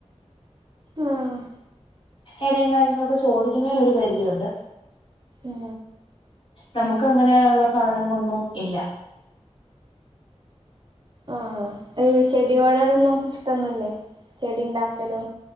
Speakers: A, on the right (about 40°); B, on the left (about 45°).
A: ആഹ്
B: എലിം കാര്യങ്ങളൊക്കെ ചോദിക്കുന്നേന്ന് ഒരു പരിധിയുണ്ട്
A: മ്
B: നമുക്കങ്ങനെ ഒള്ള സാധനങ്ങളൊന്നും ഇല്ല
A: ആഹ് ഈ ചെടിയോടോ ടൊന്നും ഇഷ്ട്ടോന്നുലെ ചെടി ഇണ്ടാക്കലോ